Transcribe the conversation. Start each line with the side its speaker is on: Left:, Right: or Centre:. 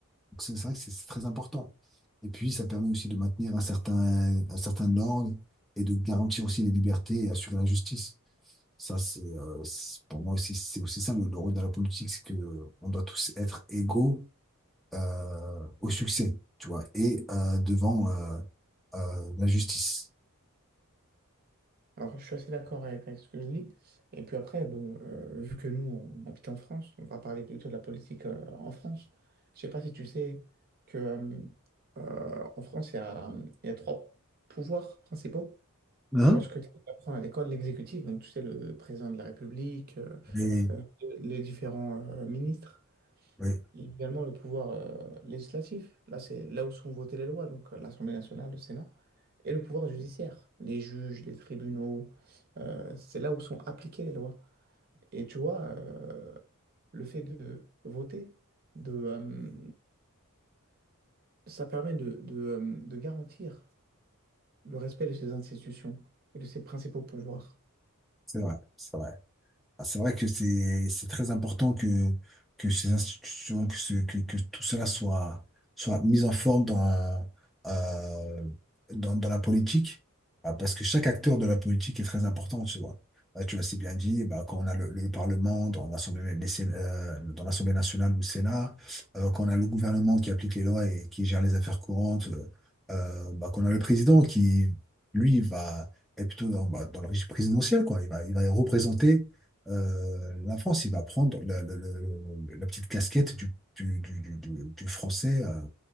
Centre: Donc c'est c'est vrai que c'est c'est très important. Et puis, ça permet aussi de maintenir un certain, un certain ordre et de garantir aussi les libertés et assurer la justice. Ça, c'est euh, c'est- pour moi aussi, c'est aussi ça le, le rôle de la politique, c'est que on doit tous être égaux euh, au succès, tu vois, et euh, devant euh, euh, la justice.
Right: Alors, je suis assez d'accord avec, avec ce que je dis. Et puis après, bon, euh, vu que nous, on habite en France, on va parler plutôt de la politique euh, en France. Je sais pas si tu sais que euh, euh, en France, il y a, il y a trois pouvoirs principaux.
Centre: Hein?
Right: Je pense que tu apprends à l'école l'exécutif, donc tu sais, le président de la République, euh,
Centre: Oui,
Right: euh, les différents euh, ministres.
Centre: oui,
Right: Et également le pouvoir euh, législatif, là c'est là où sont votées les lois, donc euh, l'Assemblée nationale, le Sénat, et le pouvoir judiciaire, les juges, les tribunaux, euh, c'est là où sont appliquées les lois. Et tu vois, euh, le fait de voter, de, euh, ça permet de, de, euh, de garantir le respect de ces institutions et de ses principaux pouvoirs.
Centre: c'est vrai, c'est vrai. Ah, C'est vrai que c'est c'est très important que que ces institutions que ce que, que tout cela soit soit mis en forme dans euh, dans, dans la politique Ah, parce que chaque acteur de la politique est très important tu vois Ah, tu l'as si bien dit bah, quand on a le, le Parlement dans l'Assemblée les Sén- euh, dans l'Assemblée nationale ou le Sénat euh, quand on a le gouvernement qui applique les lois et qui gère les affaires courantes euh, euh, bah, qu'on a le président qui lui va est plutôt dans, bah, dans le régime présidentiel quoi il va il va représenter euh, la France, il va prendre la, la- la- la- la petite casquette du, du, du, du, du- du français. euh,